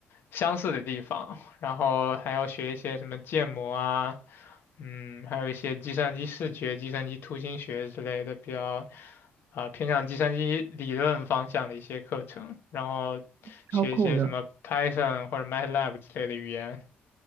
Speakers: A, on the left; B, on the right.
A: 相似的地方，然后还要学一些什么建模啊，嗯，还有一些计算机视觉、计算机图形学之类的比较。啊、偏向计算机理论方向的一些课程，然后
B: 超酷的
A: 学一些什么 Python 或者 MATLAB 之类的语言。